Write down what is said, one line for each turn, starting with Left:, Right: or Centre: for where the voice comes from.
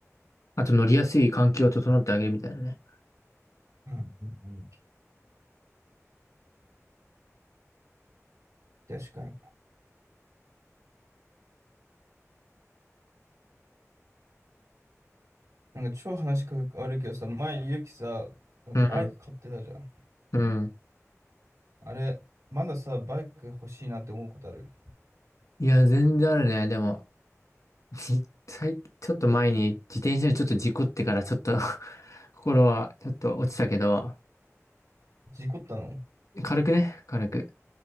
Left: あと乗りやすい環境を整ってあげるみたいなね。
Right: うん、うん、うん。確かに。なんか超話が悪いけどさ、前、ゆうきさ、なんかバイク買ってたじゃん。
Left: うん、うん。
Right: あれ、まださ、バイク欲しいなって思うことある。
Left: いや、全然あるね。でも、実際、ちょっと前に自転車にちょっと事故ってからちょっと <laughs> 心はちょっと落ちたけど、
Right: 事故ったのい
Left: 軽くね、軽く。